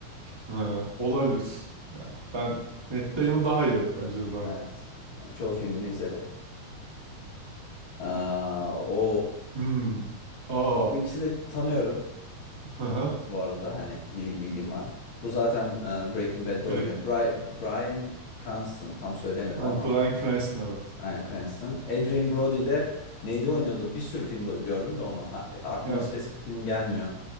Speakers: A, on the right (about 15°); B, on the left (about 60°).
A: Ha, olabilir. Yani ben Matt Damon daha iyi evet bence de daha
B: Evet.
A: iyi.
B: Yani çoğu filmini izledim. Aa, o
A: Hmm. Aa.
B: bu ikisini de tanıyorum
A: Aha.
B: bu arada hani bil- bilgim var. Bu zaten e, Breaking Bad'de oynuyor.
A: Biri.
B: Bri- Bryan Cranston tam söyleyemedim
A: Yani
B: ama
A: Bryan Cranston evet.
B: Bryan Cranston. Adrien Brody de neydi oynuyordu? Bir sürü filmde gördüm de onu. Ha- e, aklıma
A: Yani
B: spesifik film gelmiyor.